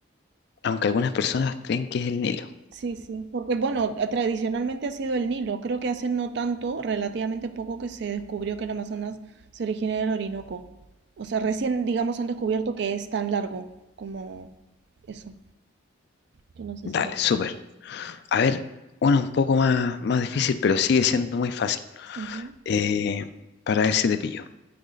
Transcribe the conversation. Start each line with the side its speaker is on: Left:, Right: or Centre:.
Left: Aunque algunas personas creen que es el Nilo.
Right: sí, sí, porque bueno, eh, tradicionalmente ha sido el Nilo, creo que hace no tanto, relativamente poco que se descubrió que el Amazonas se origina del Orinoco. O sea, recién, digamos, han descubierto que es tan largo como eso, que no se
Left: Dale,
Right: sabía.
Left: súper. A ver, una un poco más, más difícil, pero sigue siendo muy fácil.
Right: Ujú.
Left: Eh, para ver si te pillo.